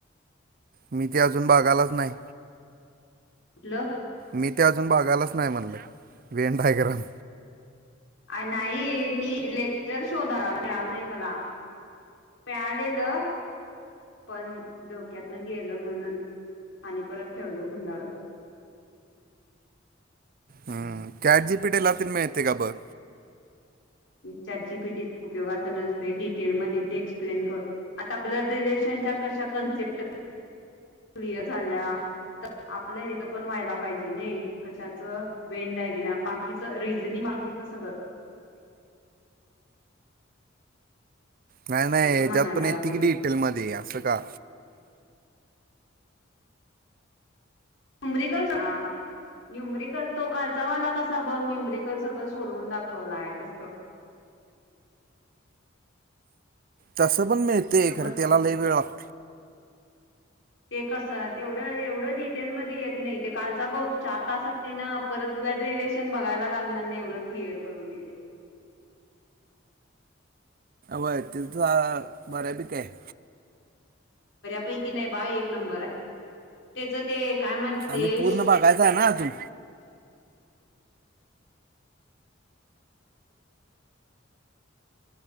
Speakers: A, on the right (about 45°); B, on the left (about 70°).
A: मी ते अजून बघायलाच नाही.
B: हॅलो.
A: मी ते अजून बघायलाच नाही म्हणलय, वेंडाय ग्रॅम.
B: आ नाही मी लेक्चर शोधा, मिळाल नाही मला. मिळालेलं पण डोक्यातन गेलं म्हणून आणि परत ठेवलो गुंडाळून.
A: हम् चाट जी पी टी ला तेन मिळतय काय बग?
B: चाट जीपीटी उपोगाच नसतंय, डिटेल मध्ये ते एक्सप्लेन कर आता ब्लड रिलेशनच्या कशा कन्सेप्ट क्लिअर झाल्या आपलं हेच पण व्हायला पाहिजे नाही, कशाच वेन डायग्राम, बाकीच रिजनिंग. बाकीचं सगळं.
A: नाही नाही
B: तसं
A: ह्याच्यात
B: म्हणायला
A: पण येतय,
B: लागलोय
A: की डिटेल मध्ये असं का?
B: नुम्रिकॉल. न्युम्रिकल तो काल चा वाला कसा बघ? न्युम्रिकल सगळं सोडवून दाखवला हाय तसं. <inaudible>
A: तसं पण मिळतय
B: समज
A: खर, तेला लई वेळ लागतोय.
B: ते कस तेवढं, एवढं डिटेलमध्ये येत नाही. ते कालचा बघ चार तासात तेन परत ब्लड रिलेशन बघायला लागणार नाही एवढं क्लिअर करून दिलय. <inaudible>
A: वय तिथ बऱ्या पिकी हाय.
B: पैकी नाही बा, एक नंबर हाय. तेच ते काय म्हणते
A: आम्ही पूर्ण बगायचा हाय ना अजून